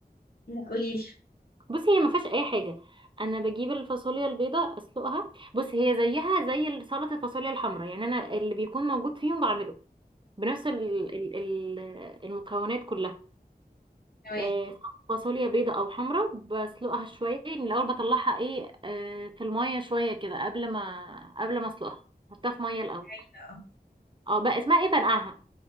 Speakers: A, on the left; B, on the right.
A: لا قولي لي
B: بصي هي ما فيهاش اي حاجة انا بجيب الفاصوليا البيضة اسلقها بصي هي زيها زي سلطة الفاصوليا الحمراء يعني انا اللي بيكون موجود فيهم بعمله بنفس ال ال ال المكونات كلها
A: تمام
B: آه، فاصوليا بيضة او حمراء بسلقها شوية من الاول بطلعها ايه آه، في المية شوية كده قبل ما قبل ما اسلقها حطها في مية الاول
A: حلو اه
B: اه بقى اسمها ايه بنقعها